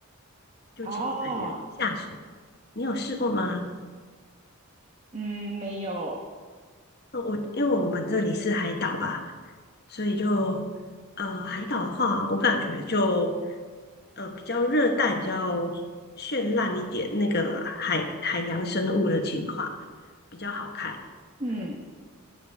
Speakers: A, on the left; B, on the right.
A: 就潜水员下水。
B: 哦，
A: 你有试过吗？
B: 嗯，没有。
A: 呃我因为我们这里是海岛吧。所以就呃，海岛的话，我感觉就呃比较热带，比较绚烂一点，那个海海洋生物的情况比较好看。
B: 嗯。
A: 对，